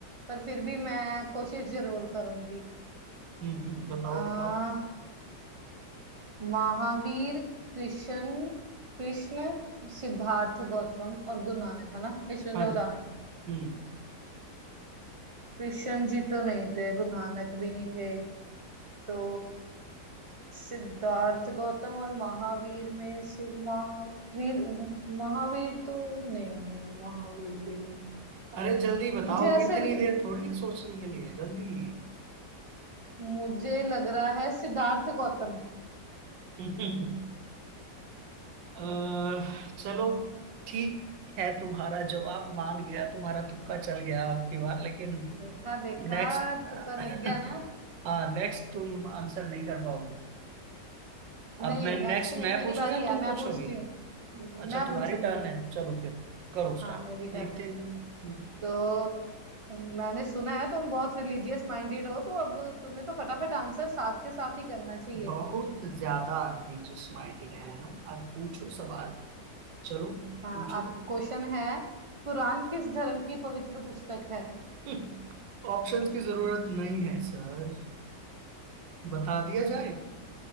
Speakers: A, on the right; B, on the right.
A: पर फिर भी मैं कोशिश जरूर करूंगी
B: हम्म हम्म, बताओ
A: आ,
B: बताओ
A: महावीर कृष्ण कृष्ण सिद्धार्थ गौतम और गुरु नानक है ना इसमें
B: हाँ
A: से बताना
B: जी
A: है।
B: हम्म
A: कृष्ण जी तो नहीं थे गुरु नानक भी नहीं थे तो सिद्धार्थ गौतम और महावीर में से महावीर महावीर तो नहीं नहीं महावीर भी नहीं
B: अरे जल्दी बताओ
A: मुझे ऐसे
B: इतनी
A: ल-
B: देर थोड़ी है सोचने के लिए जल्दी
A: मुझे लग रहा है सिद्धार्थ गौतम
B: <laughs> अह, चलो ठीक है तुम्हारा जवाब मान गया तुम्हारा तुक्का चल गया आपकी बार लेकिन
A: देखा देखा
B: नेक्स्ट
A: तुक्का
B: <laughs>
A: लग गया ना
B: हाँ नेक्स्ट तुम आंसर नहीं कर पाओगी अब
A: नहीं
B: मैं
A: नेक्स्ट
B: नेक्स्ट
A: मेरी
B: मैं पूछूं
A: बारी
B: या
A: है
B: तुम
A: मैं
B: पूछोगी
A: पूछती हूँ
B: अच्छा
A: मैं
B: तुम्हारी
A: पूछूंगी
B: टर्न है चलो फिर करो स्टार्ट
A: हाँ मेरी टर्न
B: देखते
A: है
B: हैं
A: तो मैंने सुना है तुम बहुत रिलीजियस माइंडेड हो तो अब तुम्हें तो फटाफट आंसर साथ के साथ ही करना चाहिए
B: बहुत ज्यादा रिलीजियस माइंडेड हैं हम अब पूछो सवाल चलो
A: हाँ
B: पूछो
A: आप क्वेश्चन है कुरान किस धर्म की पवित्र पुस्तक है
B: <laughs> ऑप्शंस की जरूरत नहीं है सर बता दिया जाए